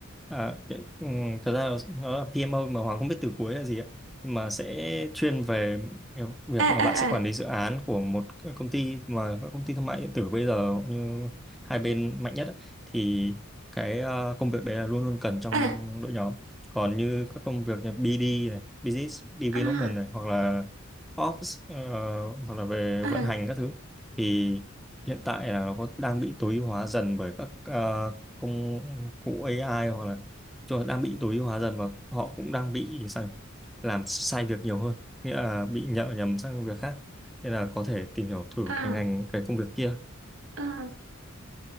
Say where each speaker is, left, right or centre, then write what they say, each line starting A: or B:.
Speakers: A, in the centre; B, on the right.
A: À, cái, ừm, thật ra nó, nó là PMO mà Hoàng không biết từ cuối là gì ạ nhưng mà sẽ chuyên về cái việc
B: À à
A: mà bạn sẽ quản lý dự án của một cái công ty mà các công ty thương mại điện tử bây giờ như hai bên mạnh nhất ấy, thì cái ờ, công việc đấy là luôn luôn cần trong
B: à à
A: đội nhóm còn như các công việc như BD này Business Development
B: à
A: này hoặc là Ops ờ, hoặc là về
B: à à
A: vận hành các thứ thì hiện tại là nó có đang bị tối ưu hóa dần bởi các ờ, công cụ AI hoặc là rồi đang bị tối ưu hóa dần và họ cũng đang bị sai, làm sai việc nhiều hơn nghĩa là bị nhợ nhầm sang việc khác nên là có thể tìm hiểu thử
B: à à
A: cái ngành cái công việc kia
B: à